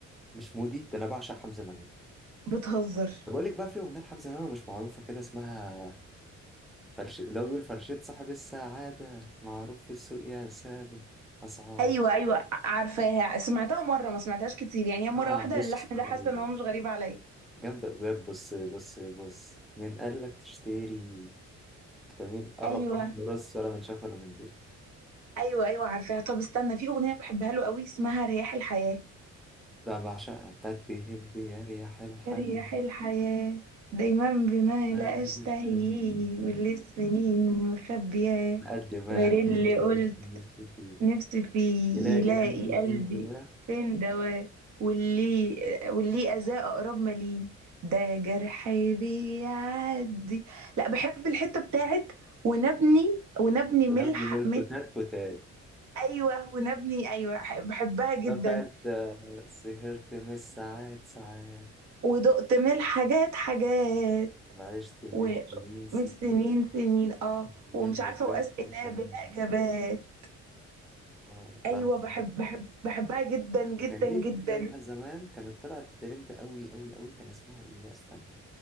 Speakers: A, in the centre; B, on the right.
A: مش مودي ده انا بعشق حمزة نمرة
B: بتهزر
A: بقول لك بقى في اغنية لحمزة نمرة مش معروفة كده اسمها فرش اللي هو بيقول فرشة صاحب السعادة معروف في السوق يا سادة اسعار
B: أيوة أيوة عارفاها سمعتها مرة ما سمعتهاش كتير يعني هي مرة
A: ما
B: واحدة
A: بص
B: اللحن
A: تقريباً.
B: ده حاسة إن هو مش غريب عليا
A: جامدة بجد. بص بص بص من قال لك تشتري جميل قرب
B: أيوة
A: راح راس ولا من شاف ولا من دري
B: أيوة أيوة عارفاها طب استنى في أغنية بحبها له قوي اسمها رياح الحياة
A: ده بعشقها بتاعت تهب يا ريح الحاجة
B: رياح الحياة دايما بما
A: ما
B: لا
A: بيجوش
B: أشتهي
A: فاهم
B: واللي السنين مخبياه
A: قد ما
B: غير اللي
A: الألف
B: قلت
A: مش فيه
B: نفسي فيه
A: يلاقي
B: يلاقي
A: ألف
B: قلبي
A: سين دواه
B: فين دواه واللي واللي أذاه أقرب ما ليه ده جرحي بيعدي لا بحب الحتة بتاعت ونبني ونبني
A: ونبني
B: ملح
A: من الفتات
B: ملح
A: فتات
B: أيوة ونبني أيوة ح- بحبها جدا
A: ده بتاعت آه، سهرت من الساعات ساعات
B: ودقت ملح حاجات حاجات
A: وعشت من
B: ومش
A: سنين سنين
B: سنين سنين اه
A: اليوم
B: ومش
A: اللي
B: عارفة
A: فات
B: وأسئلة
A: كان-
B: بلا إجابات
A: اه
B: أيوة
A: لا بس-
B: بحب بحب بحبها جدا جدا
A: وكان ليه
B: جدا
A: أغنية بقى زمان كانت طلعت ترند أوي أوي أوي كان اسمها إيه بقى استنى